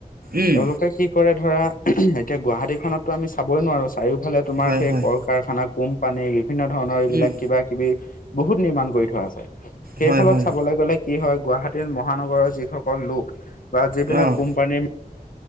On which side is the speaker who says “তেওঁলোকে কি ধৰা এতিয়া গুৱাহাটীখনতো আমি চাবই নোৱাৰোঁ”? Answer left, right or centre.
Left